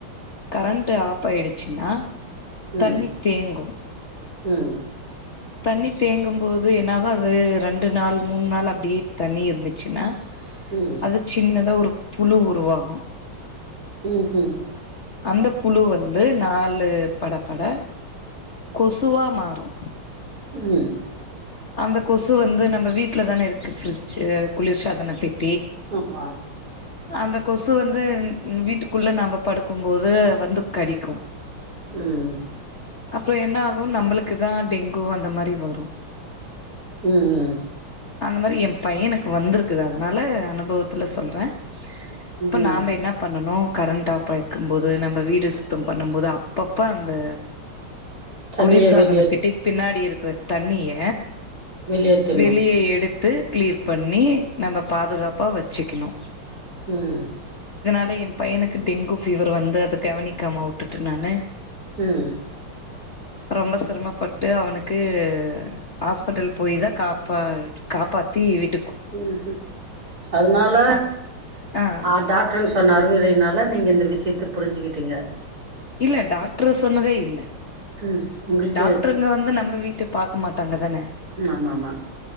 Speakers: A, on the left; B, on the right.
A: கரண்ட்டு ஆப் ஆயிடுச்சுன்னா
B: ம்
A: தண்ணி தேங்கு
B: ம்
A: தண்ணி தேங்கும்போது என்னாகு அது ரெண்டு நாள் மூண் நாள் அப்டியே தண்ணி இருந்துச்சுன்னா
B: ம்
A: அது சின்னதா ஒரு புழு உருவாகு
B: ம் ம்
A: அந்த புழு வந்து நாலு பட பட கொசுவா மாறு
B: ம்
A: அந்த கொசு வந்து நம்ப வீட்ல தான இருக்கு ஃபிரிட்ஜு குளிர் சாதன பெட்
B: ஆமா
A: அந்த கொசு வந்து வீட்டுக்குள்ள நாம்ப படுக் க்கும் போது வந்து கடிக்கு
B: ம்
A: அப்புறோ என்ன ஆகு நம்பளுக்கு தா டெங்கு அந்த மாரி வரு
B: ம் ம் ம்
A: அந்த மாரி எம் பையனுக்கு வந்துருக்குது அதுனால அனுபவத்துல சொல்ற அப்ப
B: ம்
A: நாம்ப என்ன பண்ணனு கரண்ட்கப் பயக்கும் போது நம்ம வீடு சுத்தம் பண்ணும் போது அப்பப்ப அந்த
B: தண்ணிய
A: குளிர் சாதன
B: வெளியே
A: பெட்டிக்கு பின்னாடி இருக் <unintelligible> தண்ணிய
B: வெளியேத்தணு
A: வெளியே எடுத் டு கிளீர் பண்ணி
B: ம்
A: நம்ம பாதுகாப்பாக வச்சுக்கணு
B: ம்
A: <unintelligible> என் பையனுக்கு டெங்கு ஃபீவர் வந்து அத கவனிக்காம உட்டுட்ட நானு
B: ம்
A: ரொம்ப சிரமப்பட்டு அவனுக்கு ஹாஸ்பிட்டல் போய் தா காப்பா காப்பாத்தி விட்
B: ம் ம் அதனால
A: ஆ ஆ
B: அ டாக்டர்ன்னு சொன்னாரு <unintelligible> நீங்க இந்த விஷயத்த புரிஞ்சுகிட்டீங்க
A: இல்ல டாக்டர் சொன்னதே இல்ல
B: ம் உங்களுக்கு
A: டாக்டருங்க வந்து நம் ப்ப வீட்டு பார்க்க மாட்டாங்க தானே
B: ம் ஆமா ஆமா